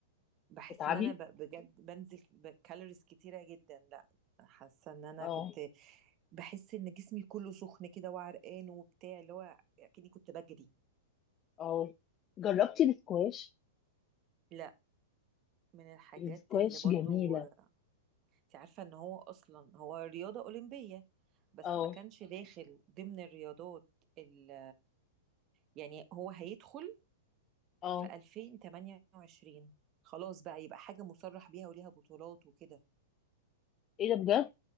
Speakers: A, on the right; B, on the left.
A: بحس
B: بتعبي
A: ان انا ب... بجد بنزل ب- كالوريز كتيره جدا لا حاسه ان انا
B: اه
A: كنت بحس ان جسمي كله سخن كده وعرقان وبتاع اللي هو كأني كنت بجري
B: اه جربتي السكواش
A: لا من الحاجات
B: السكواش
A: اللي برضو
B: جميلة
A: انت عارفة ان هو اصلا هو رياضة اولمبية بس
B: اه
A: ما كانش داخل ضمن الرياضات ال يعني هو هيدخل
B: اه
A: في 2028 خلاص بقى يبقى حاجة مصرح بيها وليها بطولات وكده
B: ايه ده بجد